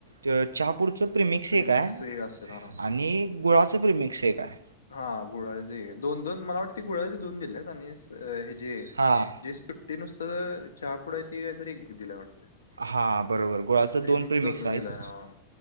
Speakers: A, on the right (about 75°); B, on the left (about 70°).
A: च चहा पुुडचं. प्रिमिकस
B: प्रिमिक्स
A: ऐक आय,
B: हे असेल
A: आणि गुळाचं प्रिमिक ऐक आय.
B: हां, गुळा चं एकाय, दोन दोन मला वाटतय गुळाची दोन दिलेत आणि जे,
A: हां
B: जे सुट्टी नुसतं तर चहापुडा य ती काही तरी एक दिला वाटतं.
A: हां बरोबर गुळाचं
B: आणि प्रिमीक्स
A: प्रिमिक्स
B: दोन दोन
A: आहेत
B: दिलाय, हां.